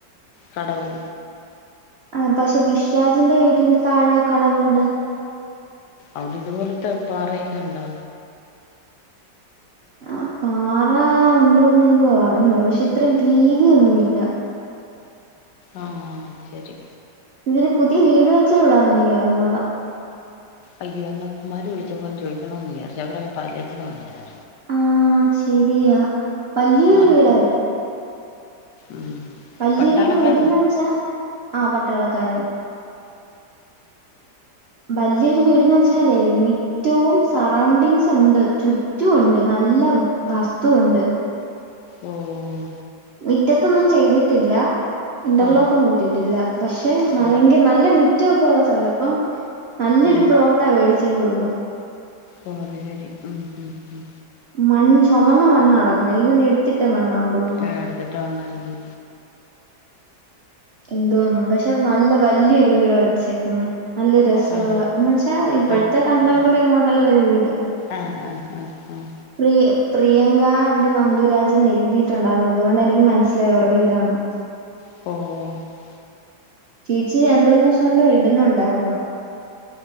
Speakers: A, on the left (about 75°); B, on the right (about 60°).
A: കടവ്
B: ആഹ് പഷെ വിഷ്രാജിന്റെ വീടിന്റെ താഴെ കടവുണ്ട്
A: അവിടെത്പോലത്തെ പാറ്യോക്കെണ്ടോ
B: ആഹ് പാറാ ഉണ്ടോന്നെ നിക്കറ്ഞ്ഞൂട പഷെ ഇത്രേം വീതിയൊന്നുല്ല
A: ആഹ് ശരി
B: ഇവര് പുതിയ വീട് വെച്ചവിടാന്നെനിക്കർഞ്ഞൂട
A: അയ്യോന്ന മ്മാര് വിളിച്ചപ്പോന്ന് ചോയ്ക്കണോന്ന് വിയാര്ച് അവരൊ പാലിയേറ്റിവ് വന്നതാ
B: ആഹ് ശരിയാ വല്യൊരു
A: മർമം
B: വീടാ
A: ഉം
B: വല്യോരു
A: പട്ടാളക്കാരനാ
B: വീട്ന്ന് വെച്ചാ ആ പട്ടാളക്കാരൻ വല്യോരു വീട്ന്ന് വെച്ചാലേ മി റ്റവും സറൗണ്ടിങ്സ് ഉണ്ട് ചുറ്റു ഉണ്ട് നല്ല വസ്തുണ്ട്
A: ഉം
B: മിറ്റത്തൊന്നും ചെയ്ത്ട്ടില്ല ഇന്റർലോക്കൊന്നുട്ട്ട്ടില്ല
A: ആഹ്
B: പഷെ ഭയങ്ക
A: ആഹ്
B: നല്ല മിറ്റവൊക്കെള്ള സ്ഥലം അപ്പം നല്ലൊരു
A: ഉം
B: പ്ലോട്ടാ മേടിച്ചെന്ന് തോൻന്ന്
A: ഓ അത് ശെരി ഉം ഉം ഉം
B: മൺ ചൊമന്ന മണ്ണാ കെടക്ക്ന്നെ ഇയ്ന്നെട്ത്തിട്ട മണ്ണാന്ന് തോൻന്ന്
A: ആഹ് എട്ത്തിട്ട മണ്ണാരിക്കും
B: എന്ത്വന്നോ പഷെ അത് നല്ല വല്യൊര് വീടാ വെച്ചേക്ക്ന്നെ നല്ല രസവൊള്ള
A: ആഹ്
B: ന്ന് വെച്ചാ പ്പഴ്‌ത്തെ
A: ആഹ്
B: കണ്ടംമ്പറി
A: ആഹ്
B: മോഡല്ലൊര് വീട്
A: ആഹ് ആഹ് ആഹ് ആഹ്
B: പ്രിയ് പ്രിയങ്ക ആന്റ് നന്ദുരാജ്ന്നെഴുതിയിട്ടുണ്ടായിരുന്നു അതുകൊണ്ടെനിക്ക് മനസ്സിലായെ അവറെ വീടാന്ന്
A: ഓഹ്
B: ചേച്ചി രണ്ടൂന്നോസോണ്ട് ഇടുന്നുണ്ടായിരുന്നു